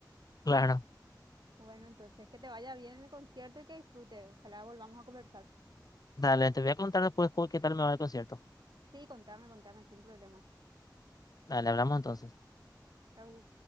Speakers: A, on the left; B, on the right.
A: Claro,
B: Bueno, entonces que te vaya bien en el concierto y que disfrutes. Ojalá volvamos a conversar.
A: dale, te voy a contar después cu- qué tal me va el concierto.
B: Sí, contame, contame, sin problema.
A: Dale, hablamos entonces.
B: Chau.